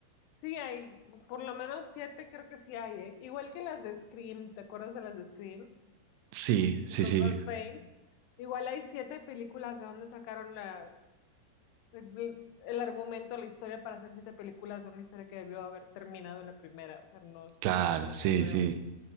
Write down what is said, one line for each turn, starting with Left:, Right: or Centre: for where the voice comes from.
Left: Sí hay, por lo menos siete creo que sí hay, ¿eh? Igual que las de Scream, ¿te acuerdas de las de Scream?
Right: Sí, sí,
Left: Con
Right: sí.
Left: Ghostface. Igual hay siete películas de donde sacaron la, el, el argumento, la historia para hacer siete películas de una historia que debió haber terminado en la primera. O sea, no estoy
Right: Claro,
Left: muy segura,
Right: sí,
Left: pero
Right: sí.